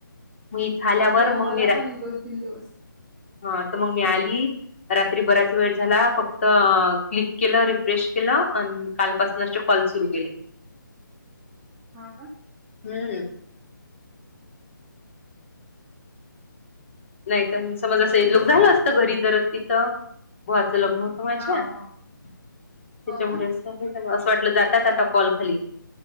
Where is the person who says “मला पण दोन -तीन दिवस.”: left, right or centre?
Centre